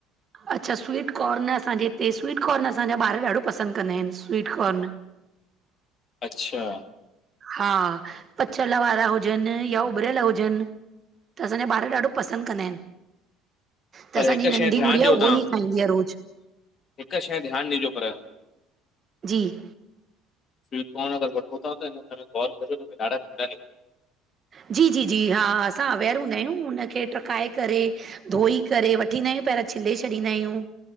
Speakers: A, on the right (about 25°); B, on the left (about 30°).
A: अच्छा स्वीटकॉर्न असांजे हिते स्वीटकॉर्न असांजा ॿार ॾाढो पसंद कंदा आहिन स्वीटकॉर्न।
B: अच्छा!
A: हा पचल वारा हुजन या उबरयल हुजन। त असांजा ॿार ॾाढो पसंद कंदा आहिन। त
B: पर
A: असांजी
B: हिक
A: नंढी
B: शइ ध्यानु
A: गुड़िया
B: ॾियो
A: उहो
B: तव्हां
A: ही खाईंदी आ रोज़।
B: हिक शइ ध्यान ॾिजो पर।
A: जी
B: स्वीट कॉर्न अगर वठो था हिन समय गोर कजो त ॾाढा कीड़ा निकरंदा
A: जी जी जी हा असां अवेर हूंदा आहियूं हुनखे ट्रकाए करे धोई करे वठींदा आहियूं पहिरां छिले छॾींदा आहियूं